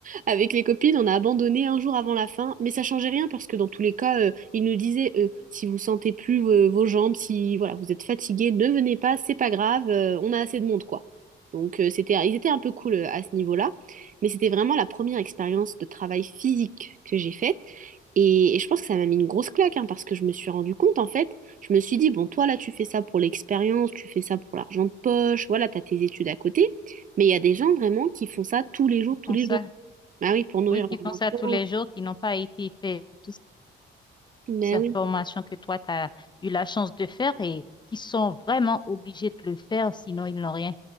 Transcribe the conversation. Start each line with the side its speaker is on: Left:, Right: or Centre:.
Right: Avec les copines, on a abandonné un jour avant la fin, mais ça changeait rien parce que dans tous les cas, euh, ils nous disaient euh, si vous sentez plus euh, vos jambes, si voilà, vous êtes fatigué, ne venez pas, c'est pas grave, euh, on a assez de monde quoi. Donc euh, c'était, ils étaient un peu cool euh, à ce niveau-là, mais c'était vraiment la première expérience de travail physique que j'ai faite. Et, et je pense que ça m'a mis une grosse claque, hein, parce que je me suis rendu compte, en fait, je me suis dit, bon, toi, là, tu fais ça pour l'expérience, tu fais ça pour l'argent de poche, voilà, t'as tes études à côté, mais il y a des gens vraiment qui font ça tous les jours,
Left: Qui
Right: tous
Left: font
Right: les
Left: ça?
Right: jours. Bah oui, pour nourrir
Left: Oui, qui
Right: leurs
Left: font
Right: enfants.
Left: ça tous les jours, qui n'ont pas été fait toutes
Right: Bah
Left: ces
Right: oui,
Left: formations que toi, tu as eu la chance de faire et qui sont vraiment obligés de le faire, sinon ils n'ont rien.